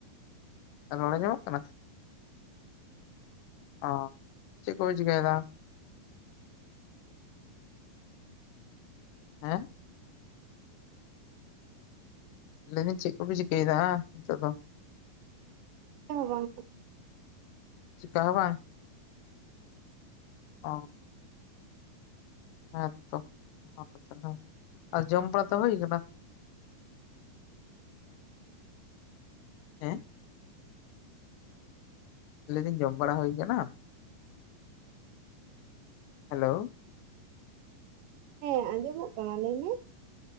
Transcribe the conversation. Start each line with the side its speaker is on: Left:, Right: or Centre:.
Left: ᱨᱚᱲ ᱟᱸᱡᱚᱢᱚᱜ ᱠᱟᱱᱟ? ᱚ ᱪᱮᱫ ᱠᱚᱯᱮ ᱪᱤᱠᱟᱹᱭ ᱮᱫᱟ? ᱦᱮᱸ? ᱞᱮᱭᱫᱟᱹᱧ ᱪᱮᱫ ᱠᱚᱯᱮ ᱪᱤᱠᱟᱹᱭᱮᱫᱟ ᱦᱤᱛᱳᱜ ᱫᱚ?
Right: ᱪᱮᱫ ᱦᱚᱸ ᱵᱟᱝ᱾
Left: ᱪᱮᱠᱟ ᱦᱚᱸ ᱵᱟᱝ? ᱚ ᱦᱮᱸ ᱛᱚ ᱚᱱᱟᱦᱚᱸ ᱠᱟᱛᱷᱟ ᱠᱟᱱᱟ ᱟᱨ ᱡᱚᱢ ᱵᱟᱲᱟ ᱫᱚ ᱦᱩᱭ ᱠᱟᱱᱟ? ᱦᱮᱸ? ᱞᱮᱭᱫᱟᱹᱧ ᱡᱚᱢ ᱵᱟᱲᱟ ᱦᱩᱭ ᱠᱟᱱᱟ? ᱦᱮᱞᱳ᱾
Right: ᱦᱮᱸ ᱟᱸᱡᱚᱢᱚᱜ ᱠᱟᱱᱟ ᱞᱟᱹᱭ ᱢᱮ᱾